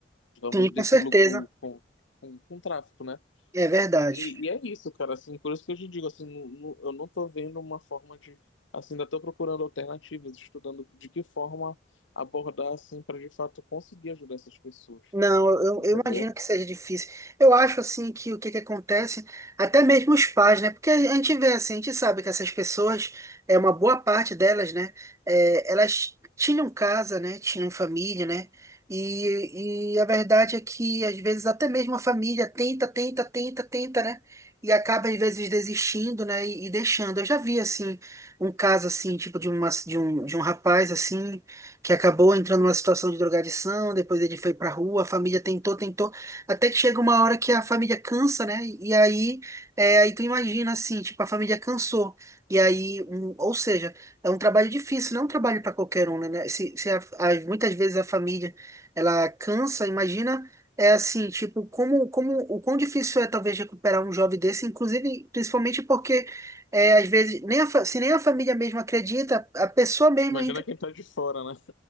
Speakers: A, on the left; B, on the right.
A: digamos,
B: Sim,
A: desse
B: com certeza.
A: lucro com, com, com tráfico, né?
B: É verdade.
A: E, e é isso, cara, assim, por isso que eu te digo, assim, no- no- eu não tô vendo uma forma de, assim, ainda tô procurando alternativas, estudando de que forma abordar, assim, para de fato conseguir ajudar essas pessoas
B: Não, eu,
A: entendeu?
B: eu imagino que seja difícil. Eu acho assim que o que que acontece, até mesmo os pais, né? Porque a gente vê assim, a gente sabe que essas pessoas, é uma boa parte delas, né? é, elas tinham casa, né? Tinham família, né? E, e a verdade é que às vezes até mesmo a família tenta, tenta, tenta, tenta, né? E acaba às vezes desistindo, né? E, e deixando. Eu já vi assim um caso assim, tipo de uma, de um, de um rapaz assim que acabou entrando numa situação de drogadição, depois ele foi pra rua, a família tentou, tentou, até que chega uma hora que a família cansa, né? E aí, é, aí tu imagina assim, tipo, a família cansou. E aí, um, ou seja, é um trabalho difícil, não é um trabalho para qualquer um, né? Né? Se, se a- a- muitas vezes a família ela cansa, imagina é assim, tipo, como, como o quão difícil é talvez recuperar um jovem desse, inclusive, principalmente porque é, às vezes nem a fa- se nem a família mesmo acredita, a pessoa mesmo
A: Imagina
B: entra.
A: quem tá de fora, né?